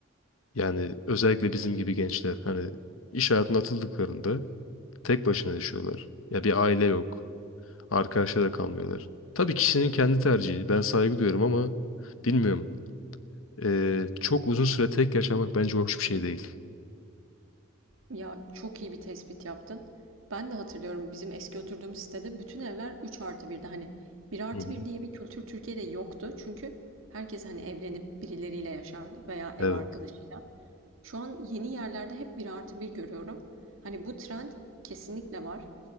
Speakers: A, on the left; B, on the right.
A: Yani özellikle bizim gibi gençler hani iş hayatına atıldıklarında tek başına yaşıyorlar. Ya bir aile yok. Arkadaşlara da kalmıyorlar. Tabii kişinin kendi tercihi. Ben saygı duyuyorum ama bilmiyorum. Ee, çok uzun süre tek yaşamak bence hoş bir şey değil.
B: Ya çok iyi bir tespit yaptın. Ben de hatırlıyorum bizim eski oturduğumuz sitede bütün evler 3 artı 1'di. Hani bir artı
A: Hı hı.
B: bir diye bir kültür Türkiye'de yoktu. Çünkü herkes hani evlenip birileriyle yaşardı veya ev
A: Evet,
B: arkadaşıyla. Şu an yeni yerlerde hep bir artı bir görüyorum. Hani bu trend kesinlikle var.